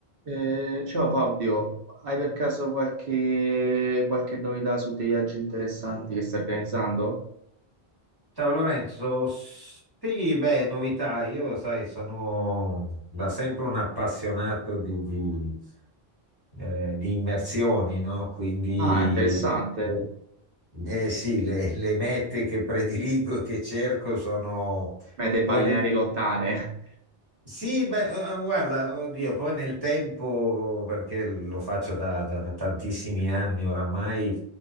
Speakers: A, on the right; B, on the right.
A: Eh, ciao Fabio, hai per caso qualche, qualche novità su dei viaggi interessanti che stai organizzando?
B: Ciao Lorenzo, sì, beh, novità, io sai, sono da sempre un appassionato di, di, eh, di immersioni, no? Quindi,
A: Ah, interessante.
B: boh, eh sì, le, le mete che prediligo e che cerco sono Mm.
A: Mete
B: quelle
A: balneari lontane. <laughs>
B: sì, beh, eh, eh, guarda, oddio, poi nel tempo, perché lo faccio da, da- da tantissimi anni oramai,